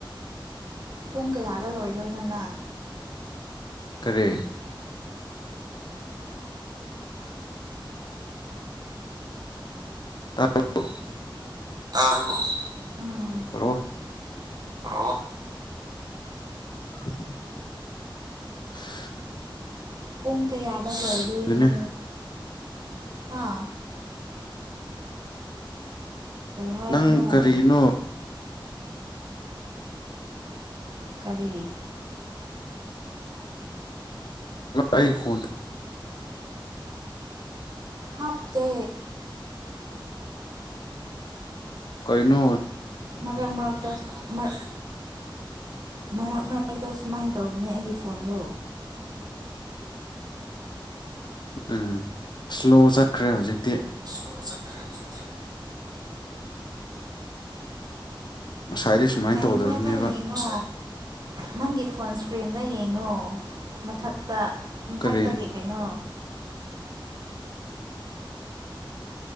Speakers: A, on the right (about 50°); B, on the left (about 60°).
A: ꯄꯨꯡ ꯀꯌꯥꯗ ꯂꯣꯏꯗꯣꯏꯅꯣꯅꯦ
B: ꯀꯔꯦ ꯑꯣ
A: ꯑ
B: ꯍꯜꯂꯣ
A: ꯑꯣ
B: <unintelligible>
A: ꯄꯨꯡ ꯀꯌꯥꯗ ꯂꯣꯏꯗꯣꯏꯅꯣ
B: ꯑꯗꯨꯅꯦ
A: ꯍꯥ ꯍꯥꯏꯕꯅꯣ
B: ꯅꯪ ꯀꯔꯤꯅꯣ
A: ꯀꯕꯤ
B: ꯑꯩꯣꯟ
A: ꯍꯥꯞꯇ
B: ꯀꯩꯅꯅ
A: ꯃꯔꯛ ꯃꯔꯛꯗ ꯃꯔꯛ ꯃꯔꯛ ꯃꯔꯛꯇ ꯁꯨꯃꯥꯏꯅ ꯇꯧꯕꯅꯦ ꯑꯩꯒꯤ ꯐꯣꯟꯗꯣ
B: ꯎꯝ ꯏꯁꯂꯣ ꯆꯠꯈ꯭ꯔꯦ ꯍꯧꯖꯤꯛꯇꯤ
A: ꯁꯂꯣ ꯆꯠꯈ꯭ꯔꯦ ꯍꯧꯖꯤꯛꯇꯤ
B: ꯉꯁꯥꯏꯗꯤ ꯁꯨꯃꯥꯏꯅ
A: ꯀꯩꯉꯣꯗꯣ
B: ꯇꯧꯗꯕꯅꯦꯕ
A: ꯌꯦꯉꯣ ꯅꯪꯒꯤ ꯀꯣꯟ ꯏꯁꯀ꯭ꯔꯤꯟꯗ ꯌꯦꯡꯉꯣ ꯃꯊꯛꯇ ꯃꯊꯛꯇꯒꯤ
B: ꯀꯔꯤ
A: ꯀꯩꯅꯣ